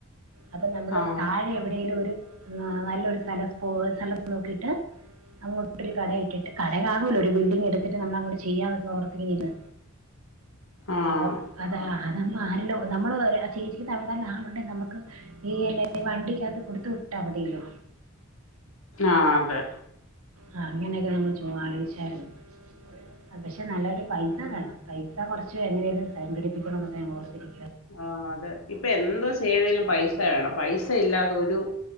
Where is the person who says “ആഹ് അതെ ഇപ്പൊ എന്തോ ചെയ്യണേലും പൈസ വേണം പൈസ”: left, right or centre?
Left